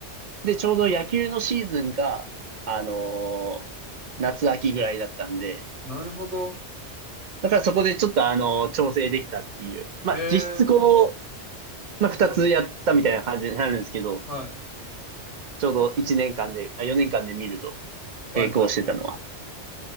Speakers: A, on the right; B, on the left.
A: で、ちょうど野球のシーズンが、あのー夏秋ぐらいだったんで、
B: なるほど。
A: だからそこでちょっとあのー調整できたっていう。まあ、
B: へえ。
A: 実質こう、まあ、二つやったみたいな感じになるんですけど、
B: はい。
A: ちょうど一年間で、あ、4年間で見ると、
B: はいはいはいはい。
A: 並行してたのは。